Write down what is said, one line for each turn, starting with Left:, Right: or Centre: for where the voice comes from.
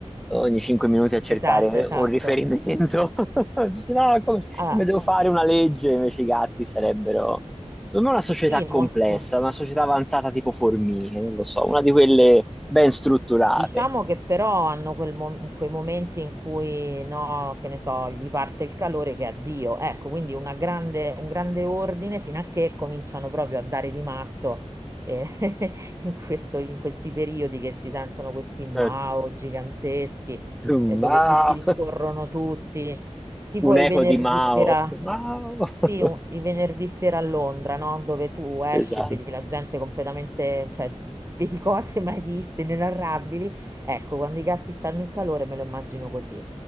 Centre: ogni cinque minuti a cercare
Right: Esatto, esatto.
Centre: un riferimento. <laughs> Dice, no, come,
Right: Allora,
Centre: come devo fare una legge? Invece i gatti sarebbero, insomma, una società
Right: sì,
Centre: complessa,
Right: molto.
Centre: una società avanzata tipo formiche, non lo so, una di quelle ben strutturate.
Right: Diciamo che però hanno quel mo- quei momenti in cui, no, che ne so, gli parte il calore che addio. Ecco, quindi una grande- un grande ordine fino a che cominciano proprio a dare di matto eh, <laughs> in questo- in questi periodi che si sentono questi Mao
Centre: Certo.
Right: giganteschi,
Centre: Mao,
Right: eh, dove tutti rincorrono
Centre: <laughs>
Right: tutti, tipo
Centre: un
Right: i
Centre: eco
Right: venerdì
Centre: di Mao.
Right: sera.
Centre: Mao. <laughs>
Right: Sì, un- i venerdì sera a Londra, no? Dove tu esci
Centre: Esatto.
Right: e vedi la gente completamente, cioè vedi cose <laughs> mai viste, inenarrabili. Ecco, quando i gatti stanno in calore me lo immagino così.